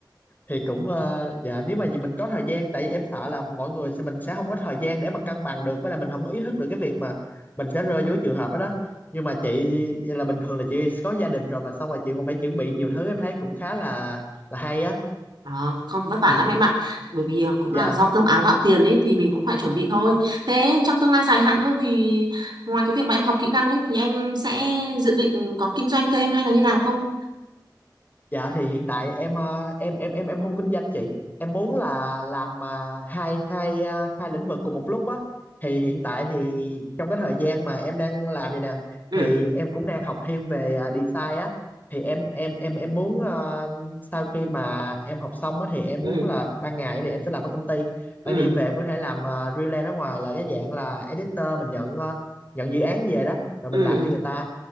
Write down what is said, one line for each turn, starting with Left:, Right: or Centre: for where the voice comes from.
Left: thì cũng ờ, dạ nếu mà gì mình có thời gian tại vì em sợ là mọi người sẽ mình sẽ không có thời gian để mà cân bằng được với là mình không có ý thức được cái việc mà mình sẽ rơi vô cái trường hợp đó đó nhưng mà chị là bình thường là chị có gia đình rồi mà xong rồi chị còn phải chuẩn bị nhiều thứ em thấy cũng khá là là hay á
Right: Ờ, không vất vả lắm em ạ bởi vì ờ, cũng
Left: dạ
Right: là do cơm áo gạo tiền ấy thì mình cũng phải chuẩn bị thôi thế trong tương lai dài hạn hơn thì ngoài cái việc mà em học kỹ năng ấy thì em sẽ dự định có kinh doanh thêm hay là như nào không
Left: Dạ thì hiện tại em ờ, em em em em không kinh doanh chị. Em muốn là làm ờ, hai hai ờ, hai lĩnh vực cùng một lúc á. Thì hiện tại thì trong cái thời gian mà em đang làm vậy nè
Right: ừ
Left: thì em cũng đang học thêm về ờ, design á. Thì em em em em muốn ờ, sau khi mà em học xong á thì em
Right: ừ
Left: muốn là ban ngày thì em sẽ làm ở công ty,
Right: ừ
Left: ban đêm về em có thể làm ờ, freelance ở ngoài là cái dạng là editor mình nhận ờ, nhận dự án về đó rồi
Right: ừ
Left: mình làm cho người ta.